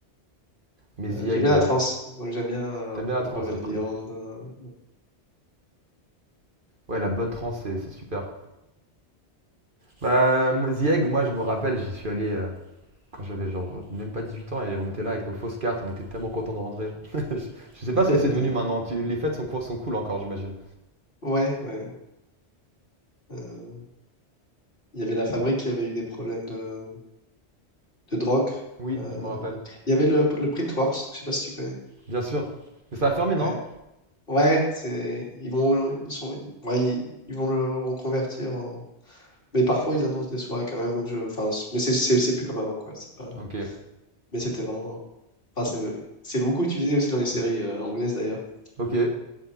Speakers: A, on the right; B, on the left.
A: Mais
B: Euh,
A: The Egg,
B: j'aime bien
A: euh,
B: la trance,
A: ouais.
B: donc j'aime bien euh,
A: T'aimes bien la trance,
B: Above and
A: hein,
B: Beyond.
A: cool.
B: euh,
A: Ouais, la bonne trance, c'est c'est super. Bah, moi, The Egg, moi, je me rappelle, j'y suis allé euh, quand j'avais genre même pas 18 ans et on était là avec nos fausses cartes, on était tellement contents de rentrer. <laughs> Je, je sais pas
B: <laughs>
A: ce que c'est devenu maintenant. Tu- les fêtes sont, cool- sont cool encore, j'imagine.
B: Ouais, ouais. Euh, il y avait la fabrique qui avait eu des problèmes de, de drogue.
A: Oui,
B: Euh,
A: je me rappelle.
B: il y avait le, le Printworks, je sais pas si tu connais.
A: Bien sûr. Mais ça a fermé, non?
B: Ouais, ouais, c'est ils vont ils sont ouais, ils, ils vont le reconvertir en mais parfois ils annoncent des soirées quand même donc je enfin c- mais c'est c'est c'est plus comme avant quoi, c'est pas
A: Ok.
B: Mais c'était vraiment. Enfin, c'est c'est beaucoup utilisé aussi dans les séries euh, anglaises d'ailleurs,
A: Ok.